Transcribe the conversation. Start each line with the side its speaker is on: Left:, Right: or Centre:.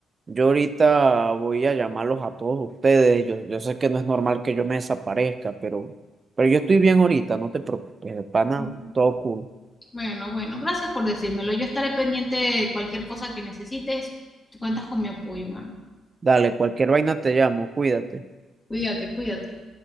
Right: yo ahorita voy a llamarlos a todos ustedes. Yo, yo sé que no es normal que yo me desaparezca, pero, pero yo estoy bien ahorita, no te preocupes, de pana,
Left: Mm,
Right: todo cool.
Left: Bueno, bueno, gracias por decírmelo. Yo estaré pendiente de cualquier cosa que necesites. Cuentas con mi apoyo, mano.
Right: Dale, cualquier vaina te llamo, cuídate.
Left: Cuídate, cuídate.